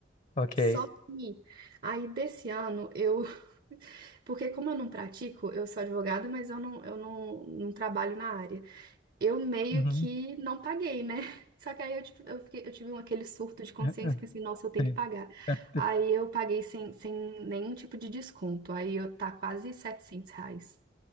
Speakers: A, on the left; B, on the right.
A: Ok.
B: Só que aí desse ano eu. <laughs> Porque como eu não pratico, eu sou advogada, mas eu não, eu não, não trabalho na área. Eu meio
A: Uhum.
B: que não paguei, né? <laughs> Só que aí eu, tipo, eu, fiquei- eu tive um, aquele surto de consciência,
A: <laughs>
B: pensei, nossa, eu tenho
A: Sim.
B: que pagar.
A: É,
B: Aí
A: é-
B: eu paguei sem, sem nenhum tipo de desconto. Aí eu, tá quase 700 reais.